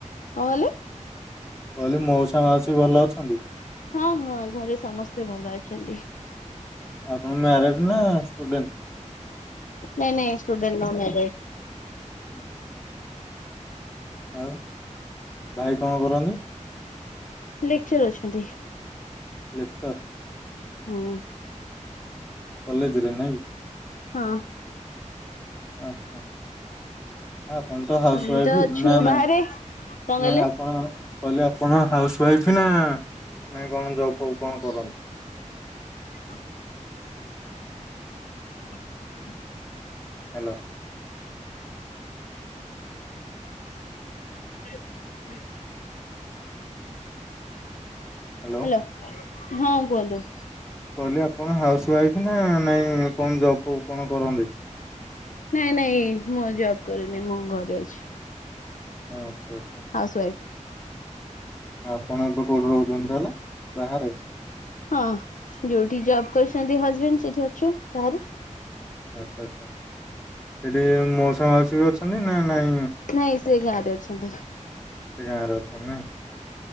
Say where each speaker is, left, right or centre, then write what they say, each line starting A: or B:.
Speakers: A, on the left; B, on the left.
A: କଁ କହିଲେ?
B: କହିଲି ମଉସା ମାଉସି ଭଲ ଅଛ
A: ହଁ ହଁ ଘରେ ସମସ୍ତେ ଭଲ ଅଛନ୍ତି।
B: ଆପଣ ମ୍ୟାରେଡ ନା ଷ୍ଟୁଡେଣ୍ଟ?
A: ନାଇଁ ନାଇଁ ଷ୍ଟୁଡେଣ୍ଟ୍ ନୁହଁ ମ୍ୟରେଡ।
B: <inaudible> ଆଉ ଭାଇ କଣ କରନ୍ତି?
A: ଲେକ୍ଚର ଅଛନ୍ତି।
B: ଲେକ୍ଚର୍।
A: ହୁଁ।
B: କଲେଜରେ ନାଇଁ
A: ହଁ।
B: ଆଚ୍ଛା। ଆପଣ ତ ହାଉସ
A: ଆମେ
B: ୱାଇଫ
A: ତ ଅଛୁ
B: ନା ନାଇ
A: ବାହାରେ। କଣ କହିଲେ
B: ନା ଆପଣ କହିଲେ ଆପଣ ହାଉସ ୱାଇଫ ନା ନାଇ କଣ ଜବ୍ ଫବ୍ କଣ କରନ୍ତି?
A: <inaudible> <inaudible>
B: ହ୍ୟାଲୋ।
A: <inaudible>
B: ହ୍ୟାଲୋ
A: ହ୍ୟାଲୋ ହଁ କୁହନ୍ତୁ।
B: କହିଲି ଆପଣ ହାଉସ ୱାଇଫ ନା ନାଇଁ କଣ ଜବ୍ କଣ କରନ୍ତି?
A: ନାଇଁ ନାଇଁ ମୁଁ ଜବ କରିନି ମୁଁ ଘରେ ଅଛି।
B: ଆଚ୍ଛା ଆଚ୍ଛା।
A: Has wife.
B: ଆପଣ ଏବେ କୋଉଠି ରହୁଛନ୍ତି ତାହେଲେ ବାହାରେ?
A: ହଁ ଯୋଉଠି ଜବ୍ କରୁଛନ୍ତି ହଜବେଣ୍ଡ ସେଠି ଅଛୁ ବାହାରେ।
B: ଆଚ୍ଛା ଆଚ୍ଛା ସେଠି ମଉସା ମାଉସି ବି ଅଛନ୍ତି ନା? ନାଇଁ
A: ନାଇଁ ସେ ଗାଁ ରେ ଅଛନ୍ତି।
B: ସେ ଗାଁରେ ଅଛନ୍ତି ନାଇଁ।